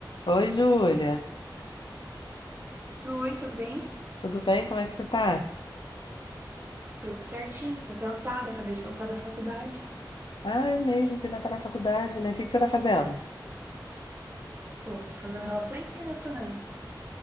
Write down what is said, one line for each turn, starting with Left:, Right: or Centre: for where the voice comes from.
Left: Oi, Júlia.
Right: Oi, tudo bem?
Left: Tudo bem? Como é que você tá?
Right: Tudo certinho, tô cansada, acabei de voltar da faculdade.
Left: Ai, mesmo, você ainda tá na faculdade, né? O que que você tá fazendo?
Right: Tô, tô fazendo relações internacionais.